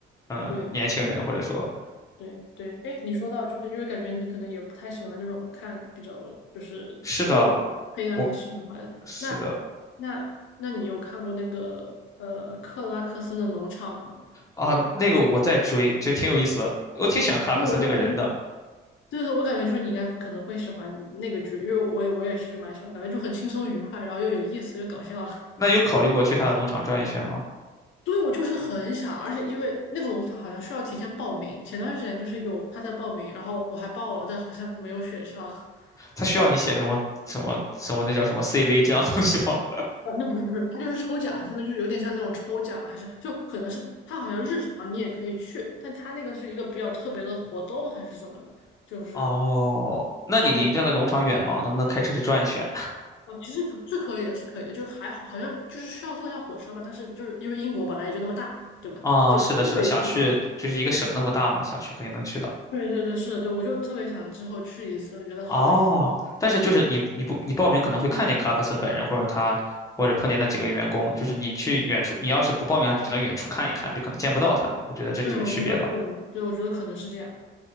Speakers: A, on the left; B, on the left.
A: 嗯，
B: 对对
A: 年轻人或者说，
B: 对对，哎，你说到就是因为感觉你可能也不太喜欢那种看比较就是过于黑暗和戏剧化的，
A: 是的，我是的
B: 那那那你有看过那个呃克拉克森的农场吗？
A: 啊，那个我在追，就挺有意思的，我挺喜欢克拉克森这个人的。
B: 对，我就感觉，对对，我感觉就是你应该可能会喜欢那个剧，因为我也我也是就蛮喜欢，感觉就很轻松愉快，然后又有意思又搞笑。
A: 那有考虑过去他的农场转一圈吗？
B: 对，我就是很想，而且因为那个农场好像需要提前报名，前段时间就是有他在报名，然后我还报了，但好像没有选上。<laughs>
A: 他需要你写什么什么什么那叫什么 CV 这样的东西吗？
B: 啊，那不是不是，他就是抽奖，相当于就是有点像那种抽奖，还是就可能是他好像日常你也可以去，但他那个是一个比较特别的活动还是怎么的，
A: <laughs>
B: 就是，
A: 哦，那你离那个农场远吗？
B: 然后我就
A: 能不能开车去转一圈？
B: 哦，其实可是可以的，是可以的，就还好，好像就是需要坐一下火车吧，但是就是因为英国本来也就那么大嘛，对吧？
A: 啊，
B: 就不可以去到的。
A: 是的，是的，想去就是一个省那么大嘛，想去肯定能去到。
B: 对对对，是的，对，我就特别想之后去一次，我觉得好有意思。
A: 哦，但是就是你你不你报名可能会看见克拉克森本人，或者他或者碰见那几个员工，就是你去远处，你要是不报名，就只能远处看一看，就可能见不到他们。我觉得这就是区别吧。
B: 对，我觉得可能，对，我觉得可能是这样。